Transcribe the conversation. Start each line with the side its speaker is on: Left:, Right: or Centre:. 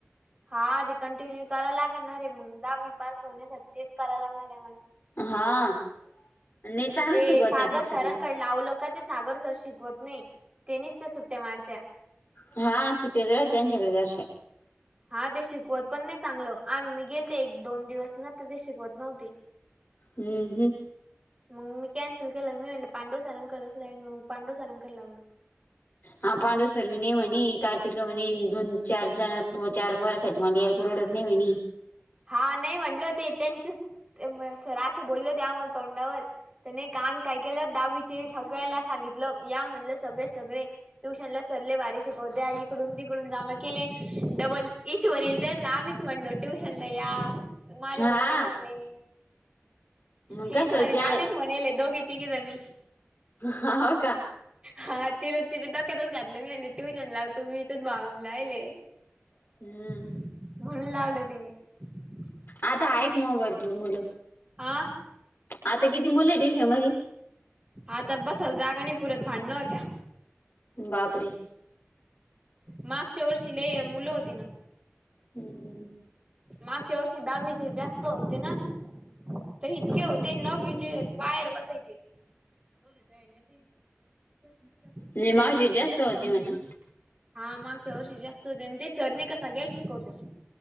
Right: हा ते कंटिन्यू कराय लागणार रे मग दहावी पास होण्यासाठी तेच कराव लागणार आहे आम्हाला
Left: हा नाही चांगले
Right: ते
Left: शिकवता
Right: सागर
Left: आहे त सगळी
Right: सरांकडे लावलं का ते सागर सर शिकवत नाही तेनीच त्या सुट्ट्या मारत्या
Left: हा सुट्याच राहते आमच्याकडे दर्शन
Right: हा ते शिकवत पण नाही चांगलं आन मी गेलते एक दोन दिवस न तर ते शिकवत नव्हते
Left: हम्म हम्म
Right: मग मी कॅन्सल केलं मी म्हणले पांडुसरांकडच मग पांडवसरांकड लावलं
Left: हा पांढू सर म्हणी नाही म्हणे कार्तिकला म्हणे दोन चार जण चार पोरासाठी तुम्हाला या परवडत नाही म्हणी
Right: हा नाही म्हटले होते त्यांचे सर असे बोलले होते आम्हाला तोंडावर त्याने कान काय केलं दहावीचे सगळ्याला सांगितलं या म्हटलं सगळे-सगळे ट्युशनला सोडले बारी शिकवतया इकडून तिकडून जमा केले डबल ईश्वर येईल त्यांना आम्हीच म्हणलो ट्युशनला या माझ्या
Left: हा
Right: बहिणीला म्हणले मी
Left: मग
Right: हेच
Left: कसं
Right: वरीला
Left: ज्या
Right: म्हणेले दोघी-तिघी जणी
Left: हा हो का?
Right: हा तिला तिच्या डोक्यातच घातलं मी म्हंटली ट्युशन लाव. तुम्ही इथच भावून लायले
Left: हम्म
Right: म्हणून लावलं तिने. ह
Left: आता आहेक मग भरपर मुलं.
Right: आं
Left: आता किती मुले आहे ट्यूशन मध्ये?
Right: आता बसायला जागा नाही पुरत भांडण होत्या.
Left: बापरे!
Right: मागच्या वर्षी लई मुलं होती ना
Left: हम्म.
Right: मागच्या वर्षी दहावीचे जास्त होते ना तर इतके होते न नवीचे बाहेर बसायचे. <inaudible>
Left: जे माझिन जास्त होते म्हणलं?
Right: हा मागच्या वर्षी जास्त होते आणि ते सरनी कसा गेयल शिकवते.